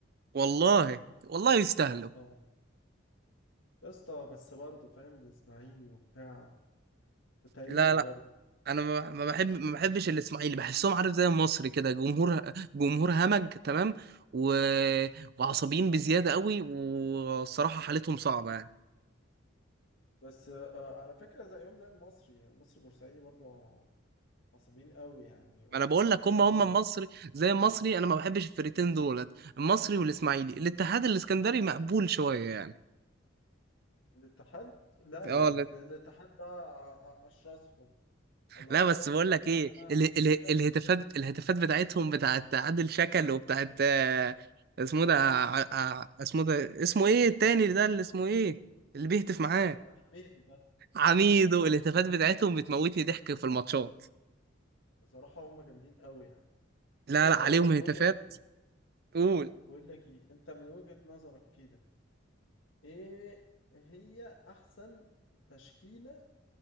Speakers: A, on the right; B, on the left.
A: والله والله يستاهلوا
B: أه يا اسطى بس برضه فاهم الإسماعيلي وبتاع تاريخ
A: لا
B: برضه
A: لا انا ما ما بحب ما بحبش الاسماعيلي بحسهم عارف زي المصري كده جمهور جمهور همج تمام و... وعصبيين بزياده قوي والصراحه حالتهم صعبه يعني
B: بس آه، على فكرة زي يوم زي المصري يعني المصري بورسعيدي برضه عصبيين قوي يعني وكلهم
A: انا بقول لك هم هم المصري زي المصري انا ما بحبش الفرقتين دولت المصري والاسماعيلي الاتحاد الاسكندري مقبول شويه يعني
B: الاتحاد لا
A: اه
B: يعني ده الاتحاد ده ع- ع- اشرسهم على
A: لا
B: راسهم
A: بس بقول
B: الزعامه
A: لك ايه
B: عادل
A: ال
B: شكل
A: ال الهتافات الهتافات بتاعتهم بتاعت عادل شكل وبتاعت آه، اسمه ده ع- ع- اسمه ده اسمه ايه التاني ده اللي اسمه ايه اللي بيهتف معاه
B: آه، حميد ده
A: عميدو الهتافات بتاعتهم بتموتني ضحك في الماتشات
B: بصراحه هم جامدين قوي يعني
A: لا
B: يا اسطى
A: لا عليهم
B: طب
A: هتافات
B: بقول لك إيه،
A: قول
B: بقول لك ايه انت من وجهه نظرك كده ايه هي احسن تشكيله